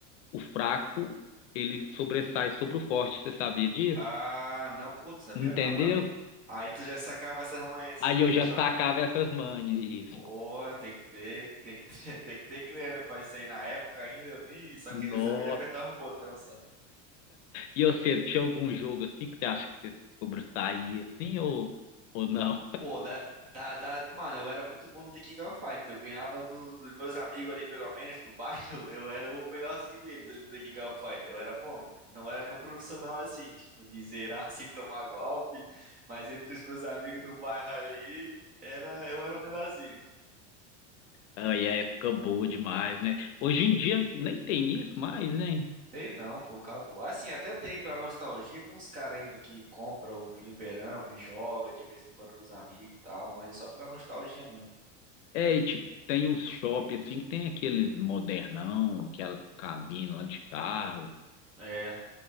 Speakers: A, on the left; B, on the right.
A: o fraco ele sobressai sobre o forte. Você sabia disso?
B: Ah, não, pô, não sabia
A: Entendeu?
B: não, mano. Aí tu já sacava essas manhãzinhas
A: Aí eu
B: aí
A: já
B: e jogava.
A: sacava essas manhas.
B: Pô,
A: Isso.
B: tem que ter, tem que ter, <laughs> tem que ter crânio pra isso aí na época ainda. Eu nem só queria
A: Nossa.
B: saber de apertar os botões,
A: E você, tinha algum jogo assim que você acha que você sobressaía assim ou, ou não?
B: Pô, da, da, da- mano, eu era muito bom no Tekken Gunfighter. Eu ganhava do- dos meus amigos ali, pelo menos, do bairro. <laughs> Eu era o melhorzinho deles ali no Tekken Gunfighter. Eu era bom. Não era nenhum profissional assim, tipo, de zerar <laughs> sem tomar golpe. Mas entre os meus amigos do bairro ali, era, eu era o melhorzinho.
A: Aí é época boa demais, né? Hoje em dia nem tem isso mais, né?
B: Tem não, pô, acabou. Assim, até tem pra nostalgia, tem uns caras ainda que compra o fliperama e joga de vez em quando com os amigos e tal, mas é só pela nostalgia mesmo.
A: É, e, tipo, tem uns shopping assim que tem aqueles modernão, aquelas cabinas lá de carro.
B: É,